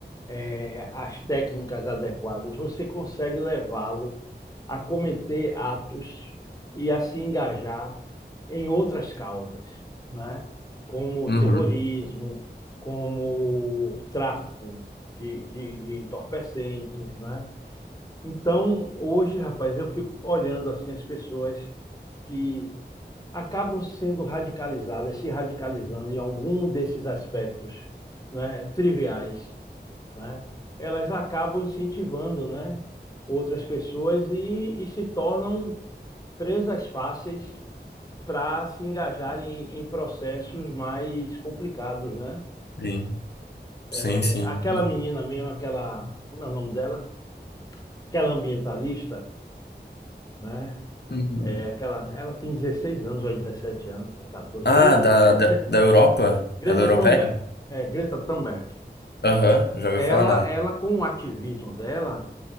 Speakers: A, on the left; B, on the left.
A: eh, as técnicas adequadas, você consegue levá-lo a cometer atos e a se engajar em outras causas, né? Como o
B: Uhum,
A: terrorismo,
B: uhum.
A: como o tráfico de, de, de entorpecentes, né? Então, hoje, rapaz, eu fico olhando assim as pessoas que acabam sendo radicalizadas, se radicalizando em algum desses aspectos, né, triviais, né? Elas acabam incentivando, né, outras pessoas e, e se tornam presas fáceis para se engajarem em, em processos mais complicados, né?
B: Sim, sim,
A: É,
B: sim.
A: Aquela
B: Não.
A: menina mesmo, aquela, como é o nome dela? Aquela ambientalista, né?
B: Uhum.
A: É aquela, ela tem 16 anos ou 17 anos, ou 14.
B: Ah,
A: Greta,
B: da, da,
A: Greta,
B: da Europa?
A: Greta
B: Ela é europeia?
A: Thunberg. É, Greta Thunberg.
B: Aham, já ouvi
A: Ela,
B: falar nela.
A: ela, com o ativismo dela,